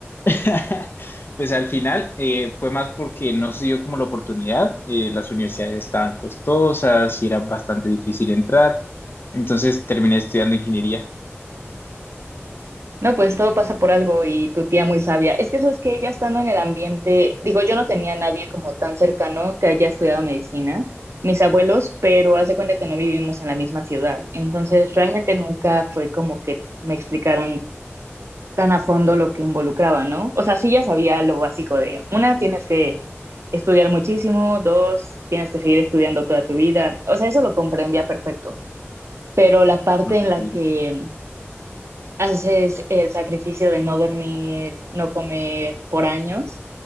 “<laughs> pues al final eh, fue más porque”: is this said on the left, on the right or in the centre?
Left